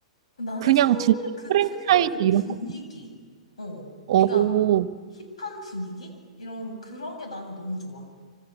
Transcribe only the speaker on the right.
그냥
진짜
프랜차이즈
이런
거.
어,